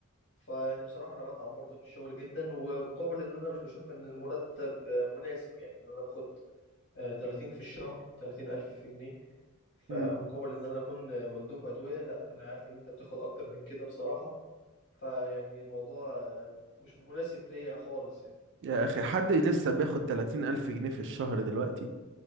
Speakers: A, on the left; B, on the right.
A: فيعني بصراحة انا بتعب برضه في الشغل جدا ومقابل ان انا مش بشوف ان المرتب مناسب يعني ان انا باخد آه، 30 في الشهر 30 الف جنيه فمقابل
B: امم
A: ان انا اكون مندوب ادوية لا انا عارف ان انت بتاخد اكتر من كده بصراحة فيعني الموضوع آه، مش مناسب ليا خالص يعني
B: يا اخي حد لسه بياخد 30 الف جنيه في الشهر دلوقتي